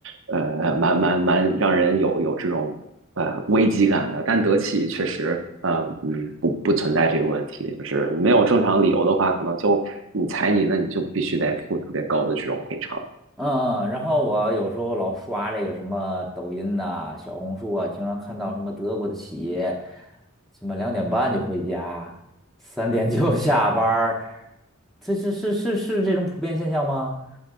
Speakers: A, on the right; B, in the centre.
A: 呃，蛮蛮蛮让人有有这种呃危机感的，但德企确实呃嗯不不存在这个问题，就是没有正常理由的话，可能就你裁你，那你就必须得付特别高的这种赔偿。
B: 嗯嗯，然后我有时候老刷这个什么抖音呐、小红书啊，经常看到什么德国的企业，什么两点半就回家，三点就 <laughs> 下班儿，这是是是是这种普遍现象吗？